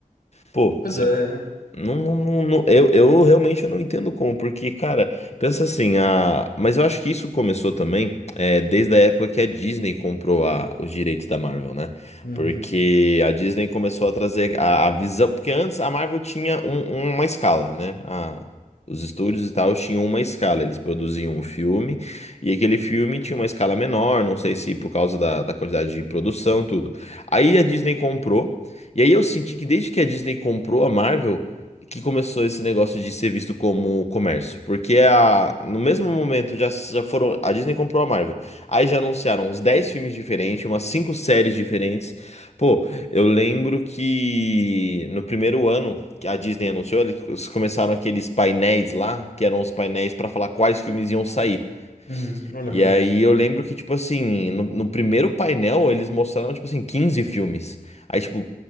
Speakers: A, on the left; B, on the left.
A: Pô,
B: Pois
A: você
B: é.
A: não, não, não- não- eu, eu realmente não entendo como, porque, cara, pensa assim, a... mas eu acho que isso começou também é, desde a época que a Disney comprou a- os direitos da Marvel, né?
B: Uhum.
A: Porque a Disney começou a trazer a, a visão, porque antes a Marvel tinha um- uma escala, né? A- os estúdios e tal tinham uma escala, eles produziam um filme e aquele filme tinha uma escala menor, não sei se por causa da, da quantidade de produção, tudo. Aí a Disney comprou, e aí eu senti que desde que a Disney comprou a Marvel, que começou esse negócio de ser visto como comércio. Porque a, no mesmo momento já, já foram. A Disney comprou a Marvel. Aí já anunciaram uns 10 filmes diferentes, umas 5 séries diferentes. Pô, eu lembro que no primeiro ano que a Disney anunciou, eles começaram aqueles painéis lá, que eram os painéis para falar quais filmes iam sair.
B: Uhum. Não lembro
A: E
B: disso.
A: aí eu lembro que, tipo assim, no, no primeiro painel eles mostraram, tipo assim, 15 filmes. Aí, tipo,